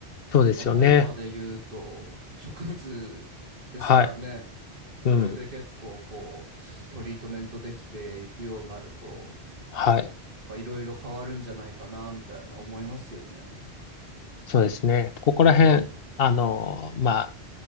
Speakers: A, on the left; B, on the right.
A: そうですよね。
B: まあ、タイマーで言うと植物ですからね。
A: はい。
B: それで結構こうトリートメントできていくようになると
A: うん。はい。
B: かいろいろ変わるんじゃないかな、みたいな思いますよね。
A: そうですね。ここら辺、
B: うん。
A: あの、まあ、